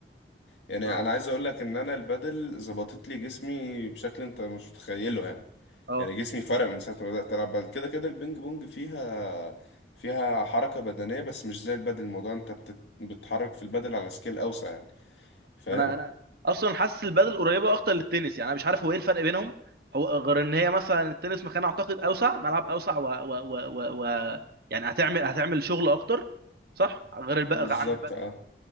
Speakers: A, on the left; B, on the right.
A: يعني
B: اه
A: أنا عايز أقولك إن أنا البادل ظبطت لي جسمي بشكل أنت مش متخيله يعني
B: اه
A: يعني جسمي فرق من ساعة ما بدأت ألعب بادل كده كده البينج بونج فيها فيها حركة بدنية بس مش زي البادل الموضوع أنت بتت... بتتحرك في البادل على سكيل أوسع يعني فاهم؟
B: انا انا اصلا حاسس البادل قريبه اكتر للتنس يعني انا مش عارف هو ايه الفرق بينهم هو غير ان هي مثلا التنس مكان اعتقد اوسع ملعب اوسع و, و, و, و, و يعني هتعمل هتعمل شغل اكتر صح غير الب...
A: بالظبط
B: عن البادل
A: اه
B: يعني